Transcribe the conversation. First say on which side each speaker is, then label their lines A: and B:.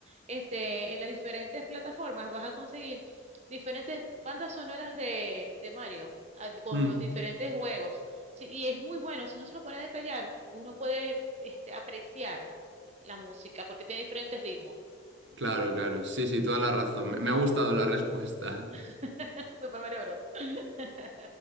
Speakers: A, on the right; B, on the right.
A: este, en las diferentes plataformas vas a conseguir diferentes bandas sonoras de, de Mario, ah, con
B: Mm.
A: los diferentes juegos. Sí, y es muy bueno, si no se lo pone a detallar, uno puede este, apreciar la música porque tiene diferentes ritmos.
B: Claro, claro. Sí, sí, toda la
A: Ujú.
B: razón. Me, me ha gustado la <laughs> respuesta.
A: <laughs> Super Mario Bros. <laughs>